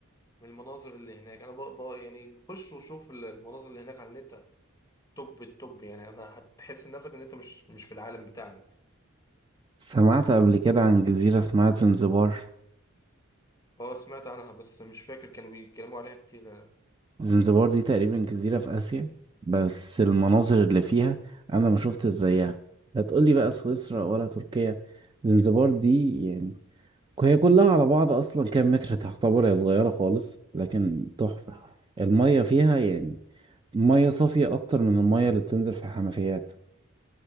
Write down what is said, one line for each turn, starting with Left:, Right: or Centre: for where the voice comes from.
Left: من المناظر اللي هناك أنا بقى بقى يعني خش وشوف ال- المناظر اللي هناك على النت توب التوب يعني أنا هتحس نفسك إن أنت مش مش في العالم بتاعنا
Right: سمعت قبل كده عن جزيرة اسمها زنزبار
Left: أه سمعت عنها بس مش فاكر كانوا بيتكلموا عليها كتير
Right: زنزبار دي تقريبا جزيرة في آسيا بس المناظر اللي فيها أنا ما شفتش زيها لا تقولي بقى سويسرا ولا تركيا زنزبار دي يعني هي كلها على بعض أصلا كام متر تعتبر هي صغيرة خالص لكن تحفة المية فيها يعني مية صافية أكتر من المية اللي بتنزل في الحنفيات